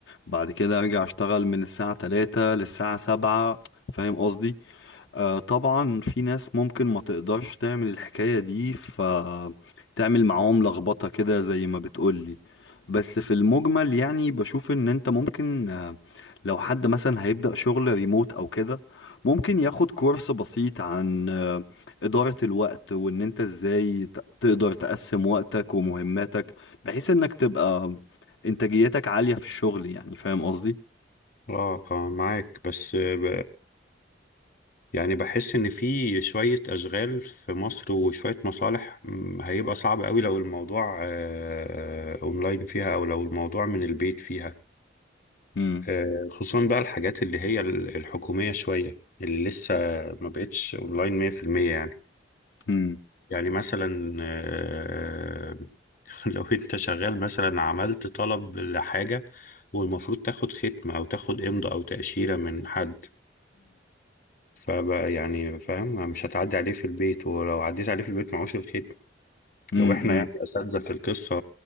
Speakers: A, on the left; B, on the left.
A: بعد كده ارجع اشتغل من الساعة تلاتة للساعة سبعة فاهم قصدي آه، طبعا في ناس ممكن ما تقدرش تعمل الحكاية دي فتعمل معاهم لخبطة كده زي ما بتقولي بس في المجمل يعني بشوف ان انت ممكن آه، لو حد مثلا هيبدأ شغل ريموت او كده ممكن ياخد كورس بسيط عن آه، إدارة الوقت وان انت ازاي ت- تقدر تقسم وقتك ومهماتك بحيث انك تبقى انتاجيتك عالية في الشغل يعني فاهم قصدي؟
B: اه اه معاك بس آه، ب... يعني بحس ان في شوية اشغال في مصر وشوية مصالح مم، هيبقى صعب قوي لو الموضوع آه، اونلاين فيها او لو الموضوع من البيت فيها
A: امم
B: آه، خصوصا بقى الحاجات اللي هي ال- الحكومية شوية اللي لسه ما بقتش اونلاين 100% يعني
A: امم
B: يعني مثلا آه، <laughs> لو انت شغال مثلا عملت طلب لحاجة والمفروض تاخد ختمة او تاخد امضاء او تأشيرة من حد فبقى يعني فاهم مش هتعدي عليه في البيت ولو عديت عليه في البيت معهوش الختم
A: امم
B: لو احنا يعني اساتذة في القصة